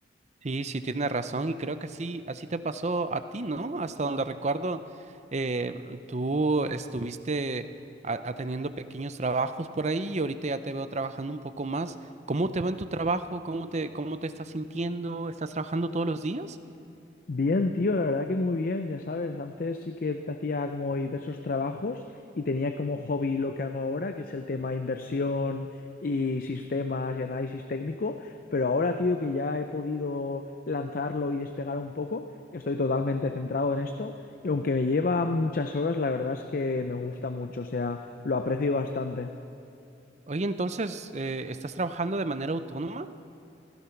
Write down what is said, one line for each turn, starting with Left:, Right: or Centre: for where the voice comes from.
Right: Sí, sí, tienes razón y creo que así, así te pasó a ti, ¿no? Hasta donde recuerdo, eh, tú estuviste a- atendiendo pequeños trabajos por ahí y ahorita ya te veo trabajando un poco más. ¿Cómo te va en tu trabajo? ¿Cómo te, cómo te estás sintiendo? ¿Estás trabajando todos los días?
Left: Bien, tío, la verdad que muy bien, ya sabes, antes sí que te hacía como diversos trabajos y tenía como hobby lo que hago ahora, que es el tema de inversión y sistemas y análisis técnico, pero ahora, tío, que ya he podido lanzarlo y despegar un poco, estoy totalmente centrado en esto y aunque me lleva muchas horas, la verdad es que me gusta mucho, o sea, lo aprecio bastante.
Right: Oye, entonces, eh, ¿estás trabajando de manera autónoma?